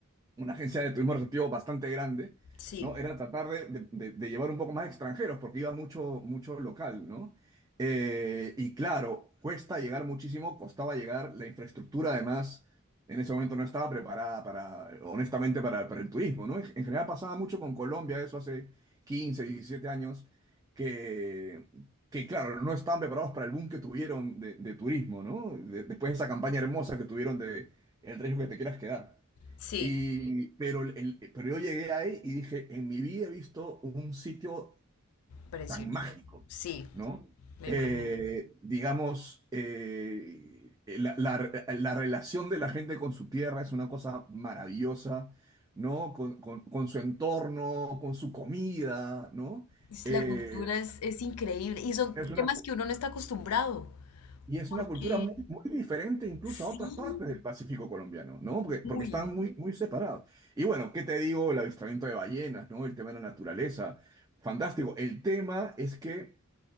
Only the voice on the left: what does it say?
Sí,
sí,
precioso.
Sí,
me
imagino.
Es-
La cultura es, es increíble y son
temas que uno no está acostumbrado,
porque
sí.
Uy,